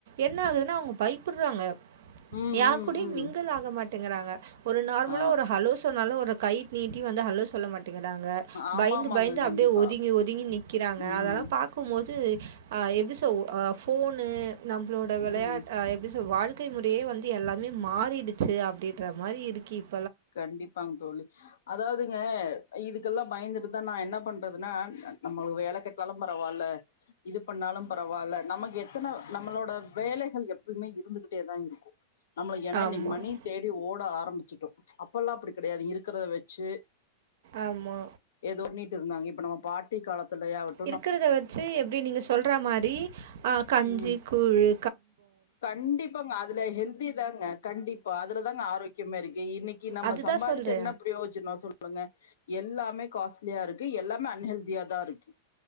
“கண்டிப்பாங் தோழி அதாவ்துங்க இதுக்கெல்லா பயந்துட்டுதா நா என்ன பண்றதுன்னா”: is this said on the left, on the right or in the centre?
Left